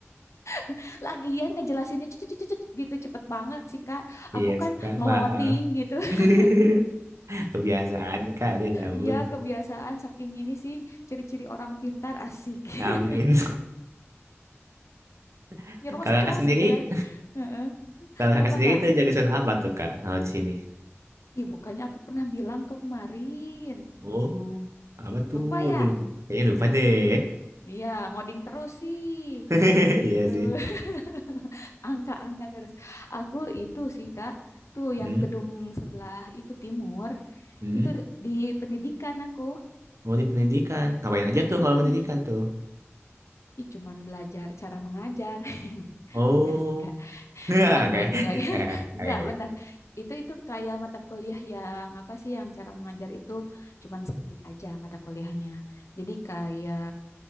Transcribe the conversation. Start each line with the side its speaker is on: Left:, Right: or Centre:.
Left: <laughs> Lagian ngejelasinnya cut, cut, cut, cut, gitu cepet banget sih Kak. Aku
Right: Iya,
Left: kan
Right: sih, Kak.
Left: ngeloding
Right: Maaf.
Left: gitu.
Right: <laughs>
Left: <laughs>
Right: Kebiasaan nih, Kak. Aduh, ya ampun.
Left: Iya kebiasaan saking ini sih ciri-ciri orang pintar asik. <laughs>
Right: Amin. <laughs>
Left: Nyerocos
Right: Kalau Kakak sendiri,
Left: gitu kan. Heeh.
Right: kalau Kakak
Left: Apa
Right: sendiri
Left: Kak?
Right: itu jurusan apa tuh, Kak? Kalau di sini.
Left: Ih bukannya aku pernah bilang kemarin.
Right: Oh, apa tuh?
Left: Lupa ya?
Right: Aku lupa. Kayaknya lupa deh.
Left: Iya ngoding terus sih.
Right: <laughs>
Left: Gitu.
Right: Iya sih.
Left: <laughs> Angka-angka terus. Aku itu sih Kak. Tuh
Right: Hmm,
Left: yang gedung sebelah itu timur.
Right: hmm.
Left: Itu di di pendidikan aku.
Right: Mau di pendidikan. Ngapain aja tuh kalau
Left: Mm-mm.
Right: pendidikan tuh?
Left: Ih, cuman belajar cara mengajar. <laughs>
Right: Oh.
Left: Enggak sih, Kak.
Right: <laughs> Oke.
Left: Enggak, enggak, enggak. <laughs>
Right: Eh,
Left: Enggak,
Right: Oke. oke.
Left: benar. Itu itu kayak mata kuliah yang apa sih yang cara mengajar itu cuman sedikit aja mata kuliahnya. Jadi kayak